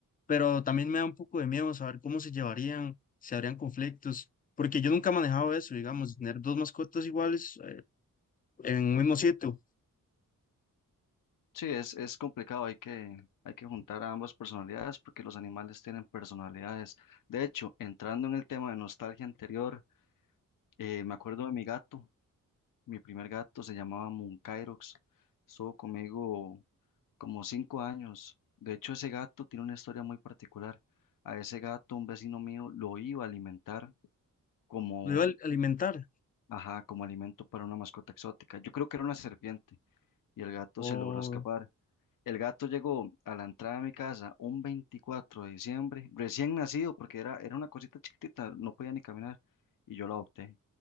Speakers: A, on the left; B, on the left.
A: Pero también me da un poco de miedo saber cómo se llevarían, si habrían conflictos. Porque yo nunca he manejado eso, digamos, tener dos mascotas iguales eh, en un mismo sitio.
B: Sí, es, es complicado, hay que, hay que juntar a ambas personalidades porque los animales tienen personalidades. De hecho, entrando en el tema de nostalgia anterior, Eh, me acuerdo de mi gato, mi primer gato se llamaba Munkairox, estuvo conmigo como cinco años. De hecho, ese gato tiene una historia muy particular. A ese gato, un vecino mío lo iba a alimentar como,
A: lo iba a al- alimentar.
B: ajá, como alimento para una mascota exótica. Yo creo que era una serpiente y el gato
A: O
B: se logró escapar. El gato llegó a la entrada de mi casa un 24 de diciembre, recién nacido, porque era, era una cosita chiquitita, no podía ni caminar, y yo lo adopté.